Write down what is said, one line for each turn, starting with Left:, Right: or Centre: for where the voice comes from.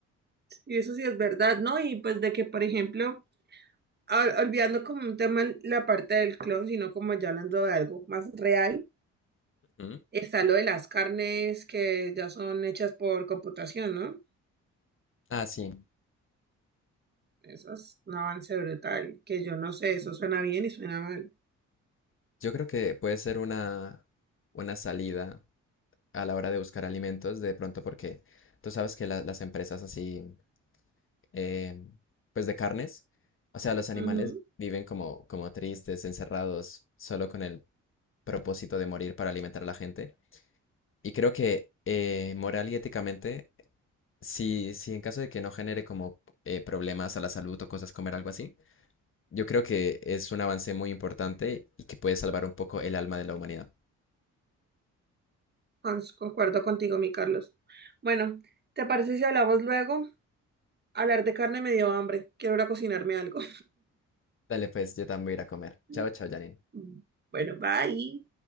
Right: y eso sí es verdad, ¿no? Y pues de que, por ejemplo, ol- olvidando como un tema la parte del clon, sino como ya hablando de algo más real,
Left: Ujú.
Right: está lo de las carnes que ya son hechas por computación, ¿no?
Left: Ah, sí.
Right: Eso es un avance brutal, que yo no sé, eso suena bien y suena mal.
Left: Yo creo que puede ser una, una salida a la hora de buscar alimentos, de pronto porque tú sabes que la- las empresas así, eh, pues de carnes, o sea, los animales
Right: Ujú,
Left: viven como, como tristes, encerrados, solo con el propósito de morir para alimentar a la gente. Y creo que eh, moral y éticamente, si, si en caso de que no genere como eh, problemas a la salud o cosas comer algo así, yo creo que es un avance muy importante y que puede salvar un poco el alma de la humanidad.
Right: cons- Concuerdo contigo, mi Carlos. Bueno, ¿te parece si hablamos luego? Hablar de carne me dio hambre, quiero ir a cocinarme algo.
Left: Dale, pues yo también voy a ir a comer.
Right: <laughs>
Left: Chao, chao, Janine.
Right: Bueno, bye.